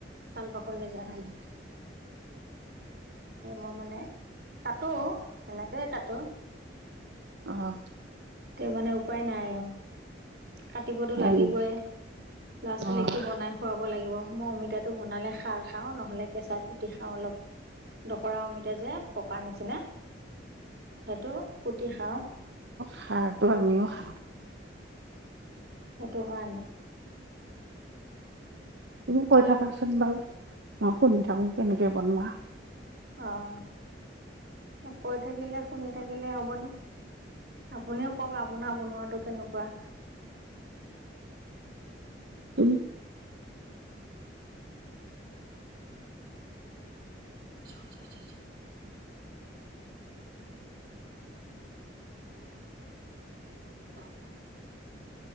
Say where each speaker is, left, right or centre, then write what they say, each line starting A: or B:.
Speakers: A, on the right; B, on the right.
A: চাল বা ফুলি যায়।
B: হয় নেকি
A: মই মানে কাটো, সেনেকেই কাটো
B: অহ '।
A: তে মানে উপায় নাই আৰু কাটিবতো
B: হয়
A: লাগিবই।
B: নেকি
A: ল'ৰা ছোৱালীক
B: অঁ
A: টো বনাই খুৱাব লাগিব। মই অমিতাটো বনালে খাৰ খাওঁ। নহলে কেঁচা কুটি খাওঁ অলপ পৰা অমিত যে পকা নিচিনা, সেইটো কুটি খাওঁ
B: সাৰতটো আমিও খাওঁ।
A: সেইটো কাৰণে।
B: তুমি কৈ থাকাচোন বাৰু। মই শুনি থাকো কেনেকে বনোৱা।
A: অহ, কৈ থাকিলে শুনি থাকিলে হ'বনে। আপুনিও কওক আপোনাৰ বনোৱাটো কেনেকুৱা?
B: উম'।
A: <inaudible> <inaudible>